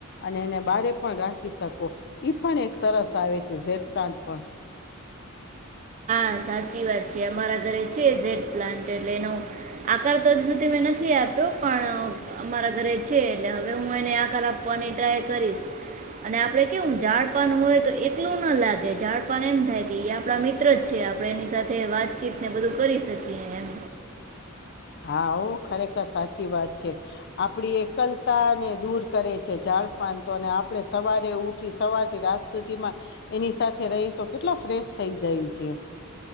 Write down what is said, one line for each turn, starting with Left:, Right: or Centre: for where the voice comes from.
Left: અને એને બારે પણ રાખી શકો પણ એક સરસ આવે છે ઝેર રાત પ
Right: હા સાચી વાત છે અમારા ઘરે છે ટ પ્લાન્ટ એટલે એનો આકાર તો હજ સુધી મેં નથી આપ્યો જો પણ અમારા ઘરે છે એટલે હવે હું એને આકાર આપવાની ટ્રાય કરીશ અને આપડે કેવું ઝાડપાન હોય તો એકલું ના લાગે ઝાડપાન એમ થાય કે એ આપડા મિત્ર જ છે આપણે એની સાથે વાતચીત ને બધું કરી શકીએ એમ
Left: હા ઓ ખરેખર સાચી વાત છે આપડી એકલતા ને દૂર કરે છે જાડ આપણે સવારે ઉઠી સવારથી રાત સુધી માં એની સાથે રહી તો કેટલો ફ્રેશ થઈ જાય છે.